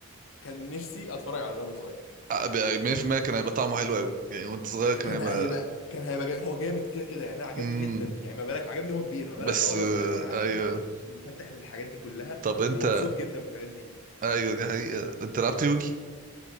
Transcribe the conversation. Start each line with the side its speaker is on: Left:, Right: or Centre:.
Left: كان نفسي اتفرج على ده وانا صغير
Right: آه، ب- 100% كان هيبقى طعمه حلو قوي يعني وانت صغير كان
Left: كان
Right: هيبقى
Left: هيبقى كان هيبقى جامد. هو جامد كده كده يعني انا عجبني
Right: امم
Left: جدا يعني ما بالك عجبني هو كبير ما
Right: بس
Left: بالك بقى وانا
Right: آه،
Left: صغير وانا عقلي
Right: ايوه
Left: منفتح للحاجات دي كلها
Right: طب انت
Left: ومبسوط جدا بالحاجات دي
Right: ايوه دي حقيقة انت لعبت يوجي